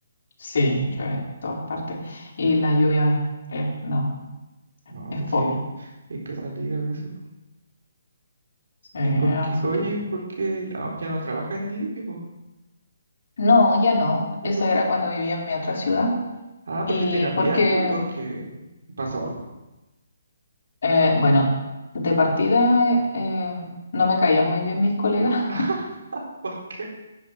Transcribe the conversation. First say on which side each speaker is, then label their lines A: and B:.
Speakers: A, on the left; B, on the right.
A: Sí, llueve en todas partes y la lluvia es, es- no,
B: No,
A: es
B: pues
A: fome.
B: sí, hay que salir a veces. po.
A: Sí, así
B: ¿Y por qué? Oye,
A: que...
B: ¿y por qué ya, ya no trabajas en el Lipi, po?
A: No, ya no.
B: ¿Y
A: Eso
B: por qué?
A: era cuando vivía en mi otra ciudad.
B: Ah, ¿porque
A: Y
B: te cambiaste
A: porque,
B: o porque pasó algo?
A: eh, bueno, de partida eh, eh, no me caían muy bien mis colegas
B: <laughs> ¿Por qué?